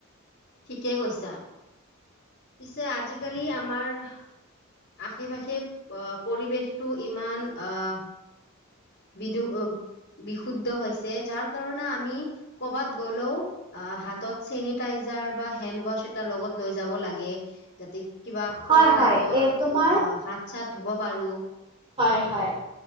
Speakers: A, on the left (about 45°); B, on the right (about 25°).
A: ঠিকে কৈছা পিছে আজিকালি আমাৰ আশে-পাশে আ পৰিৱেশটো ইমান আহ বিদু বিশুদ্ধ হৈছে যাৰ কাৰণে আমি ক'বাত গ'লেও হাতত চেনিটাইজ যাৰ বা হেনৱাচ এটা লগত লৈ যাব লাগে যাতে কিবা
B: হয়
A: খোৱাৰ
B: হয়
A: আগত
B: এই তোমাৰ
A: আ হাত-চাত ধুব পাৰো।
B: হয় হয়